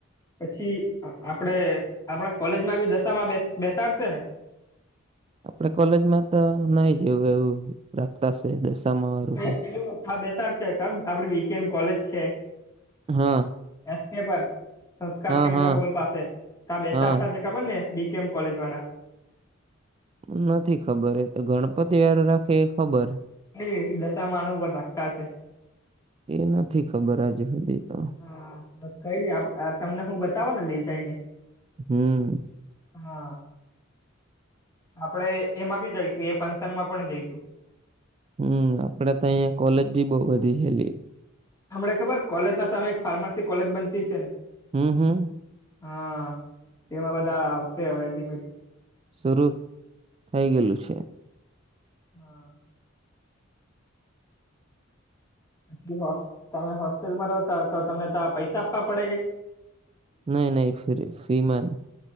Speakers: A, on the left; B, on the right.
A: પછી આપડે આપણા કોલેજ માં બી દશામાં બેસાડશે ને.
B: આપડે કોલેજમાં તો નહી જેવું એવું રાખતા છે દશામાં વાળું તો.
A: એ પેલું હા, બેસાડ છે આપડી બી કેમ કોલેજ છે.
B: હા.
A: એસ કે પર સંસ્કાર
B: હા,
A: કેન્દ્ર
B: હા,
A: હોલ પાસે ત બેસાતા
B: હા.
A: જ. ખબરને બી કેમ કોલેજ વાળા.
B: નથી ખબર એ તો ગણપતિ વાળું રાખે એ ખબર.
A: ને દશા માણ ઉપર રાખતા છે.
B: એ નથી ખબર આજે સુધી તો.
A: હા, બ કઈ નઈ આ તમને હું બતાવો ને લઈ જઈને.
B: હમ્મ.
A: હા. આપડે એમાં બી જઈશું એ ફંક્શનમાં પણ જઈશું.
B: હમ્મ આપડે તો અહિયાં કોલેજ ભી બહુ બધી છેલી.
A: હમને ખબર કોલેજ ના સામે એક ફાર્માસી કોલેજ બનતી છે ને
B: હમ, હમ.
A: હા, તેમાં બધા આવશે હવે ધીમે ધી
B: સશરુ થઈ ગઈલી છે.
A: હા. <inaudible> હો પછી તમે હોસ્ટેલમાં રહોતા તો તમને તો આ પૈસા આપવા પડે ગે.
B: નહી નહી ફ્રી ફ્રીમાંન